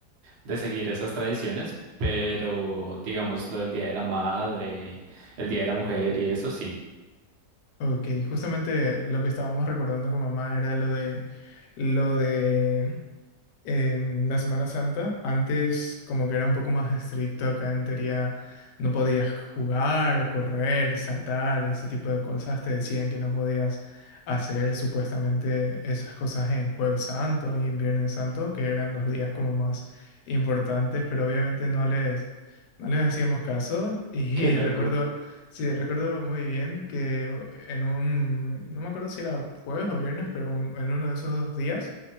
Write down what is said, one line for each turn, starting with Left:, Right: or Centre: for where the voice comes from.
Right: de seguir esas tradiciones, pero digamos lo del Día de la Madre, el Día de la Mujer y eso sí.
Left: Ok, justamente lo que estábamos recordando con mamá era lo de lo de En la Semana Santa, antes como que era un poco más estricto acá en teoría, no podías jugar, correr, saltar, ese tipo de cosas. Te decían que no podías hacer supuestamente esas cosas en Jueves Santo y en Viernes Santo, que eran los días como más importantes, pero obviamente no les, no les hacíamos caso. Y
Right: Qué loco.
Left: <laughs> recuerdo, sí, recuerdo muy bien que en un, no me acuerdo si era jueves o viernes, pero un- en uno de esos dos días